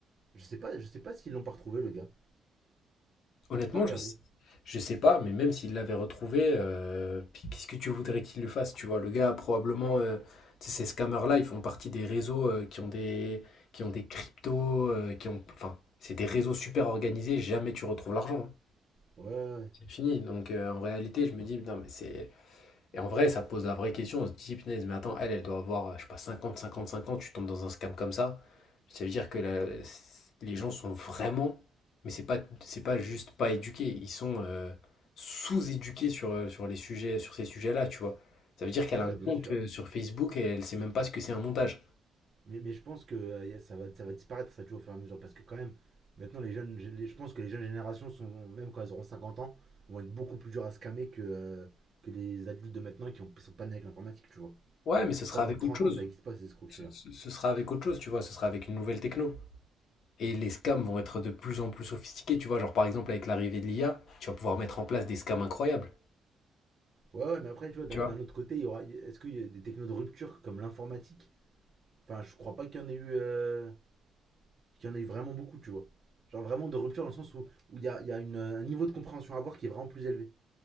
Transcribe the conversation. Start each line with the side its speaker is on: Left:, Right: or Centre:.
Right: je sais pas, je sais pas s'ils l'ont pas retrouvé, le gars.
Left: Honnêtement,
Right: J'ai pas regardé.
Left: je sais je sais pas, mais même s'il l'avait retrouvé, heu, puis qu'est-ce que tu voudrais qu'il lui fasse, tu vois? Le gars, probablement, heu, tu sais, ces scammers-là, ils font partie des réseaux, heu, qui ont des qui ont des cryptos, heu, qui ont enfin, c'est des réseaux super organisés, jamais tu retrouves l'argent, hein.
Right: Ouais, ouais, ouais.
Left: C'est fini, donc heu, en réalité, je me dis: «Putain, mais c'est Et en vrai, ça pose la vraie question, on se dit, punaise, mais attends, elle, elle doit avoir, je sais pas, 50, 55 ans, tu tombes dans un scam comme ça. Ça veut dire que la- les gens sont vraiment, mais c'est pas, c'est pas juste pas éduqués, ils sont euh, sous-éduqués sur, euh, sur les sujets, sur ces sujets-là, tu vois. Ça veut dire qu'elle
Right: Ah
Left: a
Right: ouais,
Left: un compte
Right: bien sûr.
Left: euh, sur Facebook et elle sait même pas ce que c'est un montage.
Right: Mais, mais je pense que euh, ça, va, ça va disparaître, ça, tu vois, au fur et à mesure. Parce que, quand même, maintenant, les jeunes, les- je pense que les jeunes générations, sont, même quand elles auront 50 ans, vont être beaucoup plus dures à scammer que, euh, que les adultes de maintenant qui ont, sont pas nés avec l'informatique, tu vois.
Left: Ouais, mais ce sera
Right: Ça, dans
Left: avec
Right: 30
Left: autre chose.
Right: ans, ça n'existe pas, ces escroqueries-là.
Left: Ce, ce- ce sera avec autre chose, tu vois, ce sera avec une nouvelle techno. Et les scams vont être de plus en plus sophistiqués, tu vois. Genre par exemple avec l'arrivée de l'IA, tu vas pouvoir mettre en place des scams incroyables,
Right: Ouais, ouais, mais après, tu vois, d'un
Left: tu vois.
Right: d'un autre côté, il y aura, est-ce qu'il y a des technos de rupture comme l'informatique Enfin, je crois pas qu'il y en ait eu, euh, qu'il y en ait eu vraiment beaucoup, tu vois. Genre vraiment de rupture dans le sens où où il y a, il y a une, euh, un niveau de compréhension à avoir qui est vraiment plus élevé.